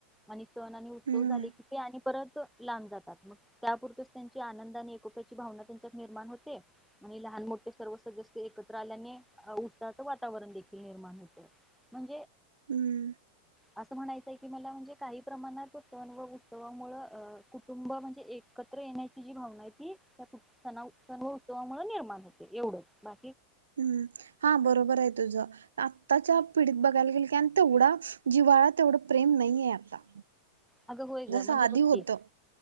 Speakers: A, in the centre; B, on the right.
A: आणि सन आणि उत्सव
B: हम्म
A: झाले की नि परत लांब जातात, मग त्यापुरच त्यांची आनंद आणि एकोक्याची भावना त्यांच्यात निर्माण होते आणि लहान मोठे सर्व सदस्य एकत्र आल्याने आ उसाच वातावरण देखील निर्माण होत, म्हण
B: हम्म.
A: असं म्हणायचंय की मला म्हणजे काही प्रमाणातच सण व उस तवामुळ अ कुटुंब म्हणजे एकत्र येण्याची जी भावना आय ती त्या कुट सनाव सण उत्सवामुळ निर्माण होते एवढंच बा
B: हम्म हा बरोबर आहे तुझं आत्ताच्या पिढीत बघायला गेल की आण तेवढा जिव्हाळा तेवढं प्रेम नईये आता
A: अगं होय ग
B: जसं
A: म्हणजे
B: आधी
A: बघ
B: होतं.
A: की,